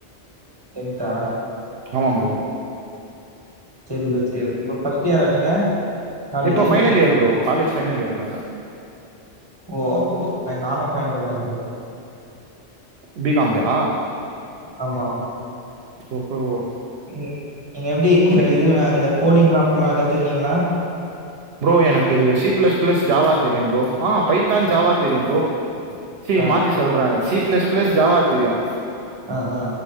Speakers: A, on the right (about 25°); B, on the right (about 70°).
A: டென்தா
B: ஆமா ப்ரோ
A: சேரி ப்ரோ சேரி இப்ப ஃபர்ஸ்ட்டு இயரா நீங்க college
B: இப்ப final year bro college final year நானு
A: ஓ அப்போ நானு ஃப்பைனல் தா ப்ரோ
B: பி காம்லயா
A: ஆமாம்
B: சூப்பர் ப்ரோ
A: நீங்க நீங்க எப்டி இது அந்த கோடிங்லா அப்பில்லா கத்துக்கினீங்களா
B: ப்ரோ எனக்கு சி பிளஸ் பிளஸ் ஜாவா தெரியு ப்ரோ ஆ பைத்தான் ஜாவா தெரியு ப்ரோ சி
A: ஆ
B: மாத்தி சொல்றே சி பிளஸ் பிளஸ் ஜாவா தெரியு
A: ஆ ஆ